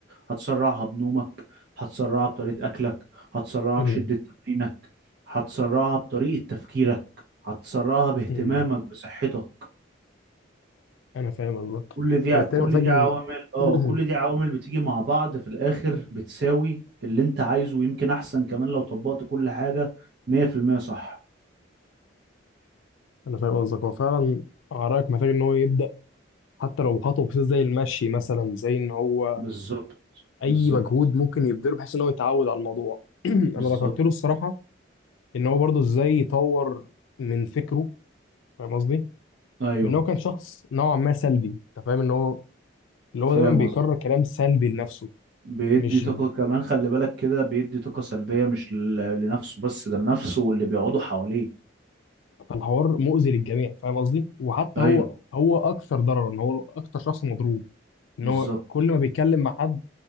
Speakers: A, on the right; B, on the left.
A: هتسرعها بنومك هتسرعها بطريقة أكلك هتسرعها
B: <laughs>
A: بشدة تمرينك هتسرعها بطريقة تفكيرك هتسرعها باهتمامك
B: امم
A: بصحتك
B: انا فاهم قصدك
A: كل دي
B: وبالتالي
A: كل
B: محتاج
A: دي
B: ان
A: عوامل اه
B: <clears throat>
A: كل دي عوامل بتيجي مع بعض في الاخر بتساوي اللي انت عايزه ويمكن احسن كمان لو طبقت كل حاجة 100% صح
B: انا فاهم قصدك هو فعلا عراك محتاج ان هو يبدا حتى لو بخطوه بسيطه زي المشي مثلا زي ان هو
A: بالظبط
B: اي
A: بالظبط
B: مجهود ممكن يبذله بحيث ان هو يتعود على الموضوع <clears throat> انا
A: بالظبط
B: ذكرت له الصراحه ان هو برضه ازاي يطور من فكره فاهم قصدي
A: ايوه
B: بان هو كان شخص نوعا ما سلبي انت فاهم ان هو اللي
A: فاهم
B: هو دايما بيكرر
A: قصدي
B: كلام سلبي لنفسه
A: بيدي
B: مش
A: طاقة كمان خلي بالك كده بيدي طاقة سلبية مش ل- لنفسه بس ده لنفسه واللي بيقعدوا حواليه
B: فالحوار مؤذي للجميع فاهم قصدي وحتى
A: ايوه
B: هو هو اكثر ضررا هو اكثر شخص مضروب ان
A: بالظبط
B: هو كل ما بيتكلم مع حد